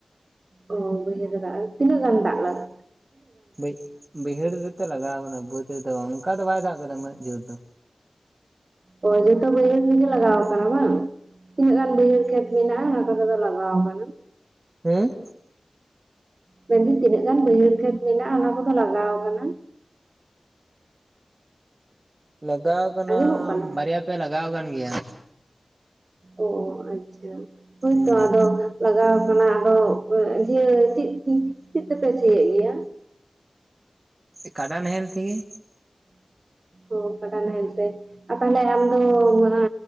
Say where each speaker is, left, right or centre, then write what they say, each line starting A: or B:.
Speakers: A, on the right (about 55°); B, on the right (about 35°).
A: ᱚ ᱵᱟᱹᱭᱦᱟᱹᱲ ᱨᱮ ᱫᱟᱜ, ᱛᱤᱱᱟᱹᱜ ᱜᱟᱱ ᱫᱟᱜ ᱞᱟᱜᱟ
B: ᱵᱟᱹ ᱵᱟᱹᱭᱦᱟᱹᱲ ᱨᱮᱛᱮᱜ ᱞᱟᱜᱟᱣ ᱠᱟᱱᱟ ᱵᱟᱹᱫᱽ ᱨᱮᱫᱚ ᱵᱟᱝ, ᱚᱱᱠᱟ ᱫᱚ ᱵᱟᱭ ᱫᱟᱜ ᱠᱟᱫᱟ ᱩᱱᱟᱹᱜ ᱡᱳᱨ ᱫᱚ᱾
A: ᱚ ᱡᱷᱚᱛᱚ ᱵᱟᱹᱭᱦᱟᱹᱲ ᱨᱮᱜᱮ ᱞᱟᱜᱟᱣ ᱠᱟᱱᱟ ᱵᱟᱝ, ᱛᱤᱱᱟᱹᱜ ᱜᱟᱱ ᱵᱟᱹᱭᱦᱟᱹᱲ ᱠᱷᱮᱛ ᱢᱮᱱᱟᱜᱼᱟ ᱚᱱᱟ ᱠᱚᱨᱮ ᱫᱚ ᱞᱟᱜᱟᱣ ᱠᱟᱱᱟ?
B: ᱦᱩᱸ?
A: ᱢᱮᱱᱫᱟᱹᱧ ᱛᱤᱱᱟᱹᱜ ᱜᱟᱱ ᱵᱟᱹᱭᱦᱟᱹᱲ ᱠᱷᱮᱛ ᱢᱮᱱᱟᱜᱼᱟ ᱚᱱᱟ ᱠᱚᱫᱚ ᱞᱟᱜᱟᱣ ᱠᱟᱱᱟ?
B: ᱞᱟᱜᱟᱣ ᱠᱟᱱᱟ
A: ᱟᱸᱡᱚᱢᱚᱜ ᱠᱟᱱᱟ
B: ᱵᱟᱨᱭᱟ ᱯᱮᱭᱟ ᱞᱟᱜᱟᱣ ᱠᱟᱱ ᱜᱮᱭᱟ᱾
A: ᱚ ᱚ ᱟᱪᱪᱷᱟ ᱦᱳᱭᱛᱚ
B: ᱦᱩᱸ
A: ᱟᱫᱚ ᱞᱟᱜᱟᱣ ᱠᱟᱱᱟ ᱟᱫᱚ ᱤᱭᱟᱹ ᱪᱮᱫ ᱛᱮ ᱪᱮᱫ ᱛᱮᱯᱮ ᱥᱤᱭᱮᱫ ᱜᱮᱭᱟ?
B: ᱮ ᱠᱟᱰᱟ ᱱᱟᱦᱮᱞ ᱛᱮᱜᱮ᱾
A: ᱚ ᱠᱟᱰᱟ ᱱᱟᱦᱮᱞ ᱛᱮ᱾ ᱟᱨ ᱛᱟᱦᱞᱮ ᱟᱢᱫᱚ ᱚᱱᱟ